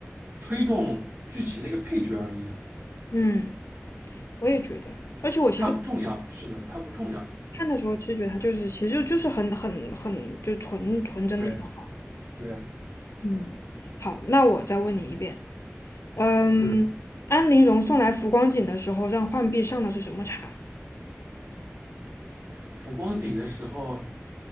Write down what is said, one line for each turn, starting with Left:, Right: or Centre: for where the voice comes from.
Right: 推动剧情的一个配角而已啊，
Left: 嗯，我也觉得，而且我其实
Right: 他不重要。是的，他不重要。
Left: 看的时候，其实觉得他就是其实就就是很很很就纯纯真的小孩儿
Right: 对对，
Left: 嗯，好，那我再问你一遍，嗯，
Right: 嗯。
Left: 嗯，安陵容送来浮光锦的时候，让浣碧上的是什么茶？
Right: 浮光景的时候，